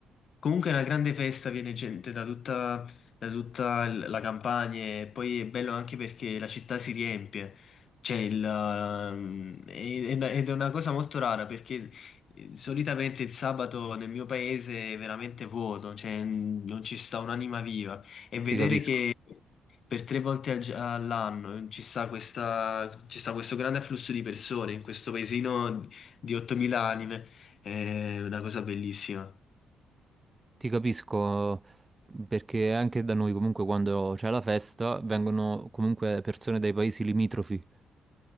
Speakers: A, on the left; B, on the right.
A: Comunque è una grande festa, viene gente da tutta, da tutta l- la campagna e poi è bello anche perché la città si riempie. C'è il, ehm, e- ed ed è una cosa molto rara perché eh, solitamente il sabato nel mio paese è veramente vuoto, cioè mm, non ci sta un'anima viva. E vedere
B: ti capisco.
A: che per tre volte al gi- all'anno ci sta questa- ci sta questo grande afflusso di persone in questo paesino di 8.000 anime, è una cosa bellissima.
B: Ti capisco perché anche da noi comunque quando c'è la festa vengono comunque persone dai paesi limitrofi